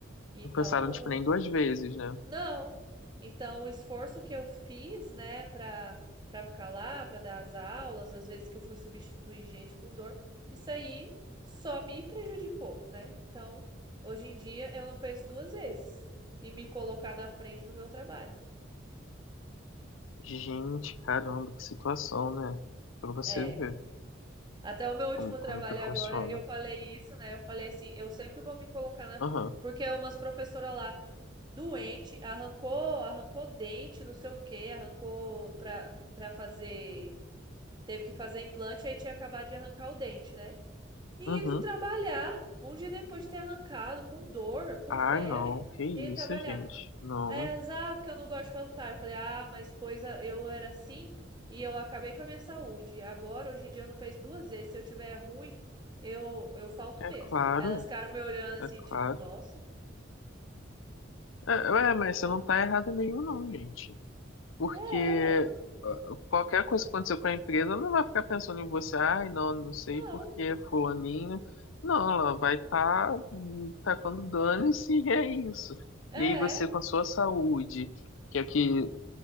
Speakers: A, on the right; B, on the left.
A: Então,
B: Não pensaram, tipo, nem duas vezes, né?
A: não. Então, o esforço que eu fiz, né, para para ficar lá, para dar as aulas, às vezes que eu fui substituir gente com dor, isso aí só me prejudicou, né? Então, hoje em dia eu não penso duas vezes em me colocar na frente do meu trabalho.
B: Gente, caramba, que situação, né? Pra você
A: É.
B: ver
A: Até o meu último
B: como,
A: trabalho
B: como que funciona.
A: agora, eu falei isso, né? Eu falei assim, eu sempre vou me colocar na
B: Aham.
A: porque umas professora lá doente, arrancou, arrancou dente, não sei o quê, arrancou para para fazer Teve que fazer implante, aí tinha acabado de arrancar o dente, né? E
B: Uhum.
A: indo trabalhar, um dia depois de ter arrancado, com dor, com
B: Ah,
A: febre,
B: não. Que isso,
A: e indo trabalhar.
B: gente. Não.
A: Aí elas, ah, porque eu não gosto de faltar. Eu falei, ah, mas pois a- eu era assim e eu acabei com a minha saúde. Agora, hoje em dia, eu não penso duas vezes. Se eu tiver ruim, eu, eu falto mesmo.
B: É claro.
A: Aí elas ficaram me olhando assim,
B: É claro.
A: tipo, nossa,
B: É, ué, mas você
A: eu
B: não
A: não-
B: tá errada mesmo, não, gente. Porque
A: é, ué.
B: ah, qualquer coisa que acontecer com a empresa ela não vai ficar pensando em você, ai, não, não sei
A: Não,
B: porque fulaninho. Não, ela vai estar tá, hum, tacando dane-se e é isso.
A: é,
B: E aí você com a sua saúde, que é o que,